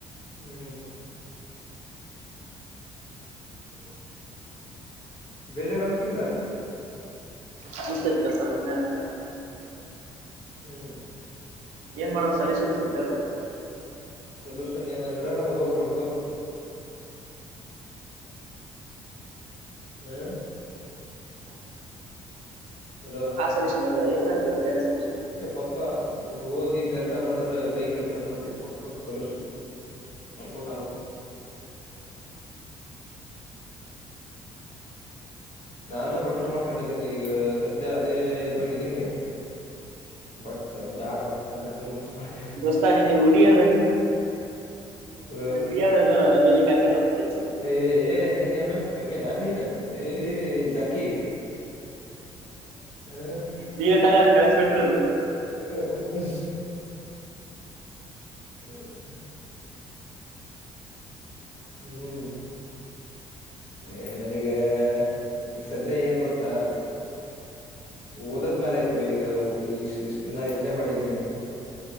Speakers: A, on the left; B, on the right.
A: ಹ್ಮ್ ಹ ಬೇಜಾರು ಅನ್ಿಸ್ತಿಲ್ಲ ನನ್ಗೆ
B: ಹ ಸರಿಸ ಅ
A: ಹ್ಮ್
B: ಏನ್ ಮಾಡದು ಸಲ ಸಲ್ಲ ಸ್ವಲ್ಪೇ
A: ಸೊಲ್ಯೂಷನ್ ಏನಂದ್ರ ಹೋಗ್ ಹುಡ್ಕೊ ಹ್ಮ ಹಲೋ
B: ಆ ಸೊಲ್ಯೂಷನ್ ಅಲ್ಲ ಏನಾದ ಬೇರೆ ಸೊಲ್ಯೂನ್
A: ಏ ಪಕ್ಕ ಹೋಗಿ ಕೆಲ್ಸ ಮಾಡಿದ್ರ ಕೈ ಕೆಲ್ಸ ಮಾಡದ್ರ ಪಕ್ಕ ಸೊಲ್ೂಷನ್ ರ್ಕೋಟ್ ಆಗುತ್ತ ನಾನು ಕಂಟ್ರೋಲ್ ಮಾಡ್ಕೊಂಡಿದ್ದೀನಿ ಈಗ ಸದ್ಯ ಅದೇ ಇದ್ರಲ್ ಇದ್ದೀನಿ ಬಟ್ ಬ್ಯಾಡ ಅಂತ ಗಟ್ಟಿ ಮನ್ಸ ಮಾಡ್ಕ
B: ದೋಸ್ತ ನಿನ್ನೆ ಹುಡಿಯೋದ
A: ಪರ
B: ಹುಡಿಯೋದ ಹೇಳ ಅಲ್ಲಿ ಇಲ್ಲಿ ಕರ್ಕೊಂಡು ಹೋಗ್ತೀಯ
A: ಏಏ ನೀನ್ೇನು ಕಮ್ಮಿನ ನೀನು ಏ ಜಾಕಿ ಹ್ಮ
B: ನೀವೇ ತಾನೇ ಕಳಿಸ್ಬಿಟ್ಟಿರೋದು
A: ಹ ಹ್ಮ್ ಹ್ಮ್ ಏ ನನಗ ಈಗ ಸದ್ಯ ಏನ್ ಗೊತ್ತಾ ಓದದ್ಮೇಾಲ ಆಯ್ತು ಈಗ ಈ ಇಷ್ಟ ದಿನ ಎಂಜಾಯ್ ಮಾಡಿನಿ